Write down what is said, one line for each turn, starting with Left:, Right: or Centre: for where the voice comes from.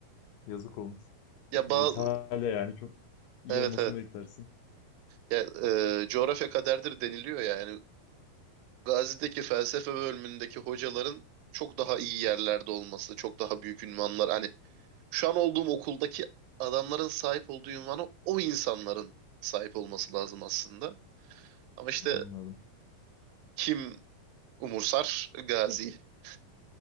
Left: Yazık olmuş.
Right: Ya
Left: Bir
Right: bazı
Left: de İtalya yani çok iyi
Right: evet
Left: olmasını
Right: evet
Left: beklersin.
Right: ya, e, coğrafya kaderdir deniliyor ya, yani Gazi'deki felsefe bölümündeki hocaların çok daha iyi yerlerde olması, çok daha büyük ünvanlar. Hani şu an olduğum okuldaki adamların sahip olduğu ünvana o insanların sahip olması lazım aslında. Ama işte
Left: Anladım.
Right: kim umursar? Gazi. <laughs>